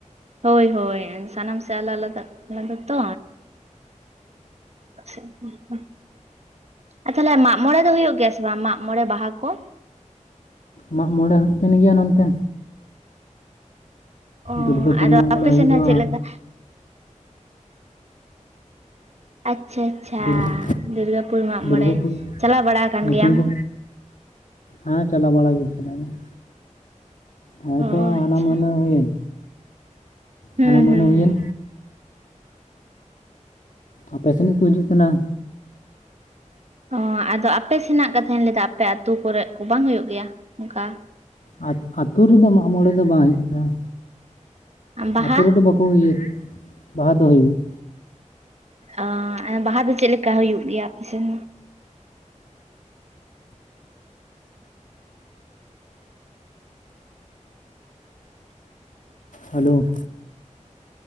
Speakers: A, on the right (about 55°); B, on the left (about 80°).
A: ᱦᱚᱭ ᱦᱚᱭ ᱥᱟᱱᱟᱢ ᱥᱮ ᱟᱞᱟ ᱟᱞᱟᱫᱟ ᱟᱞᱟᱫᱟ ᱛᱚ ᱪᱮᱫ ᱦᱚᱸ ᱦᱚᱸ ᱟᱨ ᱛᱟᱦᱞᱮ ᱢᱟᱜ ᱢᱚᱬᱮ ᱫᱚ ᱦᱩᱭᱩᱜ ᱜᱮᱭᱟ ᱥᱮ ᱵᱟᱝ ᱢᱟᱜ ᱢᱚᱬᱮ ᱵᱟᱦᱟ ᱠᱚ?
B: ᱢᱟᱜ ᱢᱚᱬᱮ ᱦᱩᱭᱩᱜ ᱠᱟᱱ ᱜᱮᱭᱟ ᱱᱚᱱᱛᱮ
A: ᱚᱦᱚ,
B: ᱫᱩᱨᱜᱟᱹᱯᱩᱨ
A: ᱟᱫᱚ
B: ᱢᱟᱜ ᱢᱚᱬᱮ
A: ᱟᱯᱮ
B: ᱦᱩᱭᱩᱜᱼᱟ
A: ᱥᱮᱱᱱᱟᱜ ᱪᱮᱫ ᱞᱮᱠᱟ? ᱟᱪᱪᱷᱟ ᱟᱪᱪᱷᱟ,
B: ᱫᱩᱨᱜᱟᱹ
A: ᱫᱩᱨᱜᱟᱹᱯᱩᱨ ᱢᱟᱜᱢᱚᱬᱮ
B: ᱫᱩᱨᱜᱟᱹᱯᱩᱨ
A: ᱪᱟᱞᱟᱣ ᱵᱟᱲᱟ ᱟᱠᱟᱱ
B: ᱧᱩᱛᱩᱢ
A: ᱜᱮᱭᱟᱢ?
B: ᱠᱚ ᱦᱮᱸ ᱪᱟᱞᱟᱣ ᱵᱟᱲᱟ ᱦᱩᱭᱩᱜ ᱛᱟᱦᱮᱱ ᱜᱮᱭᱟ ᱦᱮᱸᱛᱚ
A: ᱚ
B: ᱦᱟᱱᱟ
A: ᱟᱪᱪᱷᱟ
B: ᱢᱟᱹᱦᱤᱱᱟ ᱦᱩᱭᱮᱱ
A: ᱦᱩᱸ
B: ᱦᱟᱱᱟ ᱢᱟᱹᱦᱤᱱᱟ
A: ᱦᱩᱸ
B: ᱦᱩᱭᱮᱱ
A: ᱦᱩᱸ
B: ᱟᱯᱮ ᱥᱮᱱ ᱨᱤ ᱠᱚ ᱦᱤᱡᱩᱜ ᱠᱟᱱᱟ
A: ᱦᱚᱸ ᱟᱫᱚ ᱟᱯᱮ ᱥᱮᱱᱟᱜ ᱠᱟᱛᱷᱟᱧ ᱞᱟᱹᱭᱫᱟ ᱟᱯᱮ ᱟᱹᱛᱩ ᱠᱚᱨᱮᱫ ᱠᱚ ᱵᱟᱝ ᱦᱩᱭᱩᱜ ᱜᱮᱭᱟ ᱚᱱᱠᱟ
B: ᱟᱞᱮ ᱟᱹᱛᱩ ᱨᱮᱫᱚ ᱢᱟᱜ ᱢᱚᱬᱮ ᱫᱚ ᱵᱟᱝ ᱦᱩᱭᱩᱜ ᱛᱟᱦᱮᱱᱟ
A: ᱵᱟᱦᱟ
B: ᱟᱹᱛᱩ ᱨᱮᱫᱚ ᱵᱟᱠᱚᱼᱼ ᱠᱚ ᱤᱭᱟᱹ ᱵᱟᱦᱟ ᱫᱚ ᱦᱩᱭᱩᱜ ᱜᱮ
A: ᱟᱸ ᱟᱨ ᱵᱟᱦᱟ ᱫᱚ ᱪᱮᱫ ᱞᱮᱠᱟ ᱦᱩᱭᱩᱜ ᱜᱮᱭᱟ ᱟᱯᱮ ᱥᱮᱱ?
B: ᱦᱟᱹᱞᱚᱣ